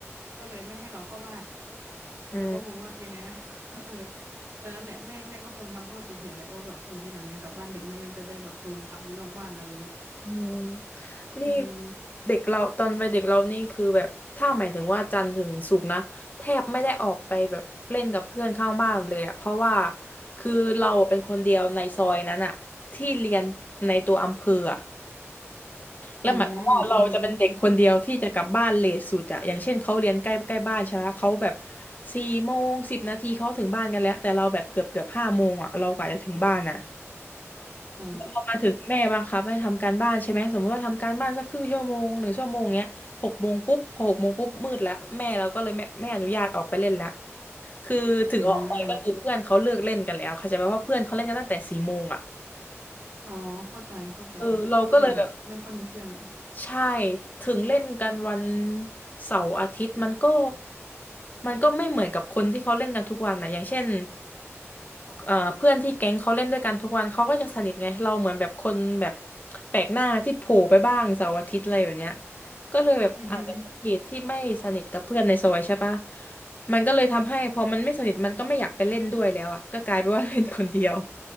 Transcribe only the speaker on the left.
อืม
อืมนี่
เด็กเราตอนวัยเด็กเรานี่คือแบบถ้าหมายถึงว่าจันทร์ถึงศุกร์นะแทบไม่ได้ออกไปแบบเล่นกับเพื่อนข้างบ้านเลยอะเพราะว่าคือเราเป็นคนเดียวในซอยนั้นอะที่เรียนในตัวอำเภออะและหมายความว่าเราจะเป็นเด็กคนเดียวที่จะกลับบ้านเลทสุดอะอย่างเช่นเขาเรียนใกล้ใกล้บ้านใช่ไหมเขาแบบ
สี่โมงสิบนาทีเขาถึงบ้านกันแล้วแต่เราแบบเกือบเกือบห้าโมงอะเรากว่าจะถึงบ้านอะ
แล้วพอมาถึงแม่บังคับให้ทำการบ้านใช่ไหมสมมติว่าทำการบ้านสักครึ่งชั่วโมงหนึ่งชั่วโมงเงี้ยหกโมงปุ๊บพอหกโมงปุ๊บมืดแล้วแม่เราก็เลยไม่ไม่อนุญาตออกไปเล่นแล้วคือถึงออกไปก็คือเพื่อนเขาเลิกเล่นกันแล้วเข้าใจไหมเพราะเพื่อนเขาเล่นกันตั้งแต่สี่โมงอ่ะ
เออเราก็เลยแบบ
ใช่ถึงเล่นกันวันเสาร์อาทิตย์มันก็มันก็ไม่เหมือนกับคนที่เขาเล่นกันทุกวันนะอย่างเช่นเอ่อเพื่อนที่แก๊งเขาเล่นด้วยกันทุกวันเขาก็จะสนิทไงเราเหมือนแบบคนแบบแปลกหน้าที่โผล่ไปบ้างเสาร์อาทิตย์อะไรแบบเนี้ยก็เลยแบบอาจจะเป็นเหตุที่ไม่สนิทกับเพื่อนในซอยใช่ปะ
มันก็เลยทำให้พอมันไม่สนิทมันก็ไม่อยากไปเล่นด้วยแล้วอ่ะก็กลายเป็นว่าเล่นคนเดียว